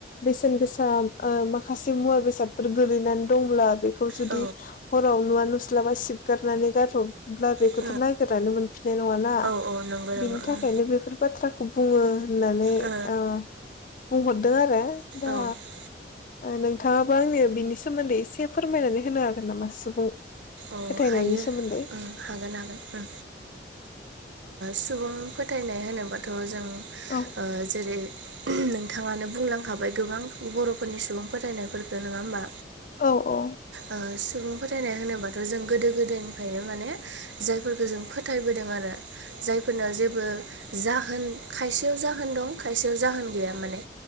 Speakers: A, on the left (about 45°); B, on the right (about 80°).
A: बेसेन गोसा माखासे मुवा बेसादफोर गोलैनानै दंब्ला बेखौ जुदि
B: औ
A: हराव नुवा नुस्लाबा सिबगारनानै गारोबब्ला बेखौथ'
B: औ
A: नायगिरनानै मोनफिननाय नङाना
B: औ नंगौ नंगौ
A: बिनि
B: उम
A: थाखायनो बेफोर बाथ्राखौ बुङो होननानै
B: ओ
A: बुंहरदों आरो दा
B: औ
A: ओ नोंथाङाबो आंनि बिनि सोमोन्दै एसे फोरमायनानै होनो हागोन नामा सुबुं
B: औ
A: फोथायनायनि
B: हायो
A: सोमोन्दै
B: हागोन हागोन सुबुंफोर फोथायनाय होनोबाथ' जों
A: औ
B: जेरै नोंथाङानो बुंलांखाबाय गोबां बर'फोरनि सुबुं फोथायनायफोरफोरखौ नङा होमबा
A: औ-औ
B: ओ सुबुं फोथायनाय होनोबाथ' जों गोदो गोदायनिफ्रायनो माने जायफोरखौ जों फोथायबोदों आरो जायफोरनाव जेबो जाहोन खायसेयाव जाहोन दं खायसेयाव जाहोन गैया माने